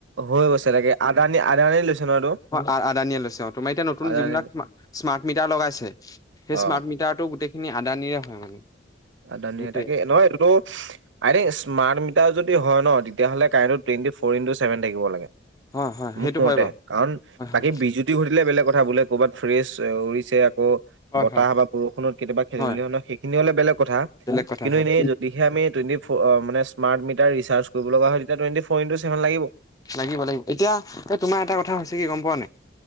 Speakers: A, on the right (about 85°); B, on the left (about 20°).
A: হৈ গৈছে তাকে আদানী আদানী লৈছে ন এইটো?
B: অ', আদানীয়ে লৈছে অ'। তোমাৰ এতিয়া নতুন
A: আদানী
B: যোনবিলাক স্মাৰ্ট স্মাৰ্ট মিটাৰ লগাইছে সেই স্মাৰ্ট
A: অ'।
B: মিটাৰটো গোটেইখিনি আদানীৰে হয় মানে।
A: আদানীৰে।
B: গোটেই
A: তাকে নহয় এইটো আই থিংক স্মাৰ্ট মিটাৰ যদি হয় ন তেতিাহ'লে কাৰেণ্টটো টুৱেন্টি ফ'ৰ ইনটো চেভন থাকিব লাগে।
B: হয় হয়
A: মোৰ
B: সেইটো
A: মতে।
B: হয় বাৰু
A: কাৰণ
B: হয় হয়
A: বাকী বিজুতি ঘটিলে বেলেগ কথা বোলে ক'ৰবাত ফ্ৰেচ উৰিছে আকৌ
B: হয়
A: বতাহ
B: হয়
A: বা বৰষুণত কেতিয়াবা খেলি-মেলি
B: হয়
A: হ'লে সেইখিনি হ'লে বেলেগ কথা।
B: বেলেগ কথা
A: কিন্তু
B: হয়
A: এনে যদিহে আমি টুৱেন্টি ফো মানে স্মাৰ্ট মিটাৰ ৰি চাৰ্চ কৰিব লগা হয় তেতিয়া টুৱেন্টি ফ'ৰ ইণ্টো চেভন লাগিব।
B: লাগিব লাগিব এতিয়া এই তোমাৰ এটা কথা হৈছে কি গম পোৱা নে নাই?